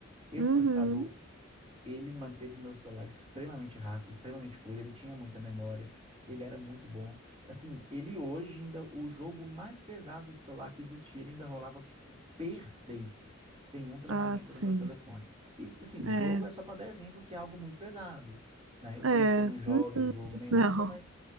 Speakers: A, on the right (about 30°); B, on the right (about 75°).
A: Esse
B: uhum.
A: processador ele manteve meu celular extremamente rápido, extremamente fluido, ele tinha muita memória, ele era muito bom. Assim, ele hoje ainda, o jogo mais pesado de celular que existia, ele ainda rolava perfeito, sem um travamento
B: Ah, sim.
A: no meu telefone. E assim,
B: É,
A: jogo é só para dar exemplo que é algo muito pesado, né? Eu sei
B: é.
A: que você não joga
B: Uhum.
A: jogo nem nada,
B: Não.
A: mas